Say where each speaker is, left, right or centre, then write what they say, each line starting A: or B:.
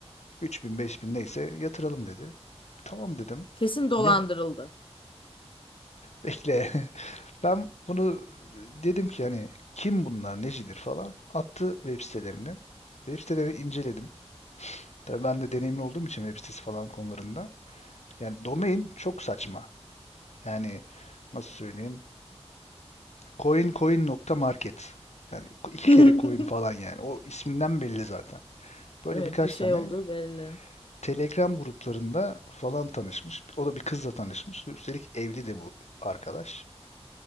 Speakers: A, on the left (about 80°); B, on the left (about 50°).
A: 3000 bin neyse yatıralım dedi. Tamam dedim.
B: Kesin dolandırıldı.
A: Ne bekle. <laughs> Ben bunu dedim ki hani kim bunlar, necidir falan. Attı web sitelerini. Web sitelerini inceledim. Tabii ben de deneyimli olduğum için web sitesi falan konularında. Yani domain çok saçma. Yani nasıl söyleyeyim? Coin coin.market. Yani iki
B: <laughs>
A: kere coin falan yani. O isminden belli zaten. Böyle
B: Evet
A: birkaç
B: bir şey
A: tane
B: olduğu belli.
A: Telegram gruplarında falan tanışmış. O da bir kızla tanışmış. Üstelik evli de bu arkadaş.